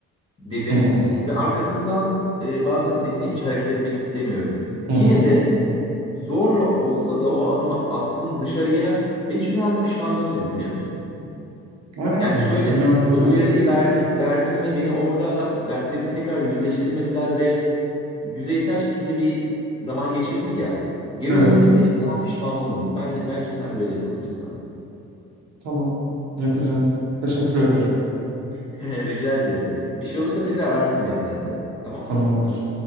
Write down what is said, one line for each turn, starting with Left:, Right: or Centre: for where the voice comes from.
Left: dedim.
Right: Hmm.
Left: Ve arkasından e, bazen dedin ya hiç hareket etmek istemiyorum.
Right: Hı
Left: Yine
Right: hı.
Left: de zorla olsa da o adımı attım dışarıya ve hiçbir zaman da pişman dönmedim biliyor musun?
Right: Evet
Left: Yani
Right: ya
Left: şöyle
Right: genelde öyle.
Left: o uyarıyı verdik, verdim ve beni orada dertlerine tekrar yüzleştirmediler ve yüzeysel şekilde bir zaman geçirdik ya. Geri
Right: Evet.
Left: döndüğümde hiçbir zaman pişman olmadım. Ben de, bence sen de öyle yapabilirsin abi.
Right: Tamam. Yapacağım. Teşekkür ederim.
Left: <laughs> Rica ederim. Bir şey olursa tekrar ararsın beni zaten. Tamam?
Right: Tamamdır.